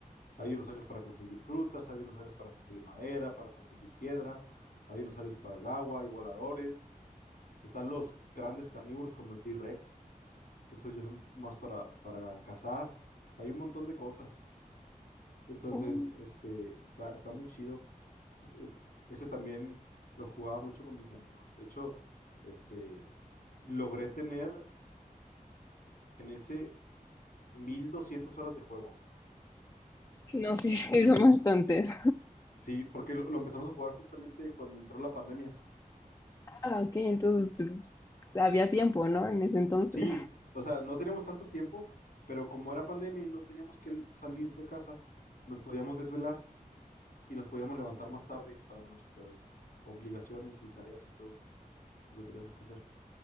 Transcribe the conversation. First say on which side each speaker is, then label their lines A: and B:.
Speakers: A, on the left (about 80°); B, on the left (about 20°).
A: Hay dinosaurios para conseguir frutas, hay dinosaurios para conseguir madera, para conseguir piedra, hay dinosaurios para el agua, hay voladores. Están los grandes carnívoros como el T-Rex, que esos yo son más para, para cazar. O sea, hay un montón de cosas. Entonces,
B: Oh,
A: este, está, está muy chido. Es- es- ese también lo jugaba mucho con mis amigos. De hecho, este, logré tener en ese 1200 horas de juego.
B: No, sí, <laughs> sí, son bastantes.
A: Sí, porque lo, lo empezamos a jugar justamente cuando entró la pandemia.
B: Ah, ok, entonces pues había tiempo, ¿no? En ese entonces.
A: Sí, o sea, no teníamos tanto tiempo, pero como era pandemia y no teníamos que l- salir de casa, nos podíamos desvelar. y nos podíamos levantar más tarde para nuestras obligaciones y tareas y todo lo que teníamos que hacer,